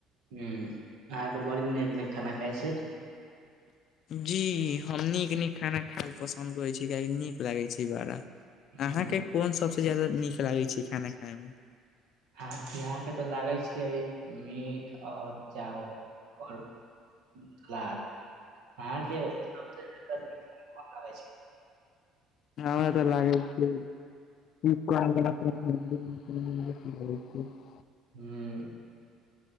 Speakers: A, on the right; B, on the left.
A: ह अहाँके बड़ी नीक नीक खाना खाइ छियै
B: जी हम नीक नीक खाना खायल पसन्द करैत छी कियाकि नीक लागैत छै बड़ा
A: हूँ,
B: अहाँके कोन सभसँ ज्यादा नीक लागैत छै खाना खायमे
A: अहा यहा के तो लागे छियै मीट और चावल ओओर सलाद अहाँके सबसे जादा कोन लागै छै
B: हमरा तऽ लागै कि तप <unintelligible>
A: हूँ